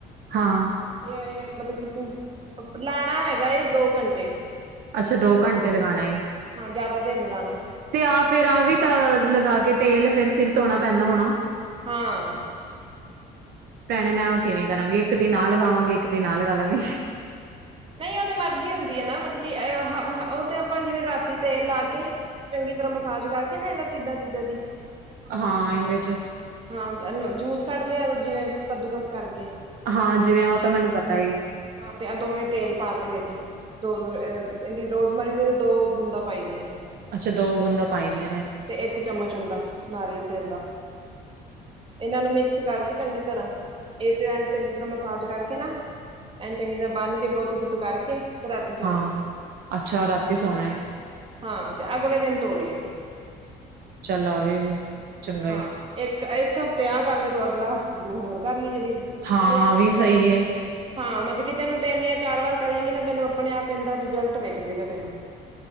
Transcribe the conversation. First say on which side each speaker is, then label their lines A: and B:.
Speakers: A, on the right (about 65°); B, on the right (about 30°).
A: ਹਾਂ
B: ਇਹ ਇਹ ਮਤਲਬ ਕਿ ਤੂੰ ਲਾਉਣਾ ਹੈਗਾ ਦੋ ਘੰਟੇ
A: ਅੱਛਾ ਦੋ ਘੰਟੇ ਲਗਾਉਣਾ ਏ
B: ਹਾਂ ਜ਼ਿਆਦਾ ਦੇਰ ਨੀ ਲਾਣਾ।
A: ਤੇ ਆਹ ਫੇਰ ਆਹ ਵੀ ਤਾਂ ਲਗਾ ਕੇ ਤੇਲ ਫਿਰ ਸਿਰ ਧੋਣਾ ਪੈਂਦਾ ਹੋਣਾ।
B: ਹਾਂ।
A: ਭੈਣੇ ਮੈਂ ਆ ਕਿਵੇਂ ਕਰਾਂਗੀ ਇੱਕ ਦਿਨ ਆ ਲਗਾਵਾਂਗੀ ਇੱਕ ਦਿਨ ਆ ਲਗਾ ਲਾਂਗੀ।
B: ਨਹੀਂ ਉਹ ਤੇ ਮਰਜ਼ੀ ਹੁੰਦੀ ਹੈ ਨਾ ਮਤਲਬ ਕਿ ਉਹ ਤੇ ਆਪਾਂ ਜਿਵੇਂ ਰਾਤੀ ਤੇਲ ਲਾ ਕੇ ਚੰਗੀ ਤਰ੍ਹਾਂ ਮਸਾਜ ਕਰਕੇ ਨਾ ਇਹਨਾਂ ਤੀਨਾ ਚੀਜ਼ਾਂ ਦੀ
A: ਹਾਂ ਇਹਦੇ 'ਚ
B: ਹਾਂ ਜੂਸ ਕੱਢ ਲਿਆ ਜਿਵੇਂ ਕੱਦੂਕਸ ਕਰਕੇ।
A: ਹਾਂ ਜਿਵੇਂ ਉਹ ਤਾਂ ਮੈਨੂੰ ਪਤਾ
B: ਹਾਂ ਤੇ ਇਹ ਦੋਵੇਂ ਤੇਲ ਪਾਤੇ ਵਿੱਚ। ਦੋ ਦੋ ਅ ਏਦੀ ਰੋਜ਼ਮਾਰੀ ਦੀਆਂ ਵੀ ਦੋ ਬੂੰਦਾਂ ਪਾਈ ਦੀਆਂ ਨੇ
A: ਅੱਛਾ ਦੋ ਬੂੰਦਾਂ ਪਾਈ ਦੀਆਂ ਨੇ ਇਹ
B: ਤੇ ਇੱਕ ਚਮਚ ਹੁੰਦਾ ਨਾਰੀਅਲ ਤੇਲ ਦਾ ਇਹਨਾਂ ਨੂੰ ਮਿਕਸ ਕਰਕੇ ਚੰਗੀ ਤਰ੍ਹਾਂ ਇਹ ਤੇ ਚੰਗੀ ਤਰ੍ਹਾਂ ਮਸਾਜ ਕਰਕੇ ਨਾ ਐਨੁ ਚੰਗੀ ਤਰ੍ਹਾਂ ਬੰਨ ਕੇ ਗੁੱਤ ਗੁੱਤ ਕਰਕੇ। ਤੇ ਰਾਤੀ ਸੋ
A: ਹਾਂ
B: ਜਾ
A: ਅੱਛਾ ਰਾਤੀ ਸੋਣਾ ਏ।
B: ਹਾਂ ਤੇ ਅਗਲੇ ਦਿਨ ਧੋ ਲਿਓ।
A: ਚਲਾ ਆਵੇ, ਚੰਗਾ
B: ਹਾਂ
A: ਏ
B: ਇੱਕ ਇੱਕ ਹਫ਼ਤੇ ਆਹ ਕਰ ਲੈ ਤੂੰ ਅਗਲਾ ਹਫ਼ਤਾ ਤੂੰ ਹੋਰ ਕਰ ਲਈ ਜਿਹੜੀ ਦੂਜੀ
A: ਹਾਂ
B: ਏ
A: ਵੀ ਸਹੀ ਹੈ।
B: ਹਾਂ ਮਤਲਬ ਕਿ ਤੈਨੂੰ ਤਿੰਨ ਜਾਂ ਚਾਰ ਵਾਰ ਕਰੇਗੀ, ਨਾ ਤੈਨੂੰ ਆਪਣੇ ਆਪ ਇਦਾ ਰਿਜਲਟ ਵੇਖ ਜੇਗਾ ਤੈਨੂੰ